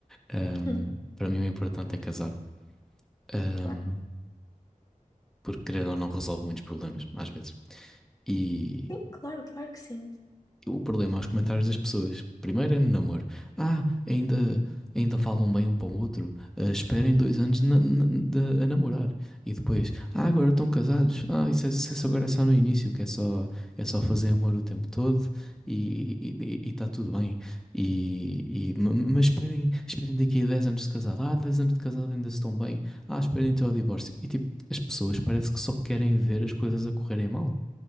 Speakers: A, in the centre; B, on the left.
A: Ahm,
B: Hum,
A: para mim o importante é casar, Ahm,
B: claro,
A: porque querendo ou não resolve muitos problemas, às vezes. E,
B: sim, claro, claro que sim.
A: o problema é os comentários das pessoas. Primeiro é no namoro. Ah, ainda, ainda falam bem um para o outro. Ah, esperem dois anos na- na- de- a namorar. E depois, ah, agora estão casados. Ah, isso, é- isso agora é só no início, que é só, é só fazer amor o tempo todo e está tudo bem. E, e- mas esperem, esperem daqui a 10 anos de casado. Ah, 10 anos de casado ainda estão bem. Ah, esperem até ao divórcio. E tipo, as pessoas parece que só querem ver as coisas a correrem mal.